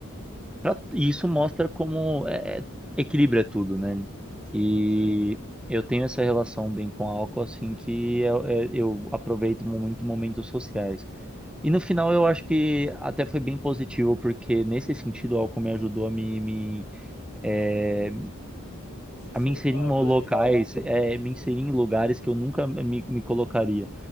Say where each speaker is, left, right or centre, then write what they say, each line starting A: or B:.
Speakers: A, in the centre; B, on the left.
A: Pra- E isso mostra como é, equilibra tudo, né?
B: sim,
A: E
B: com certeza.
A: eu tenho essa relação bem com álcool, assim, que eu, é, eu aproveito muito momentos sociais. E no final eu acho que até foi bem positivo, porque nesse sentido o álcool me ajudou a me, me é,
B: Se soltar
A: a me inserir em locais,
B: mais?
A: é, me inserir em lugares que eu nunca me, me colocaria.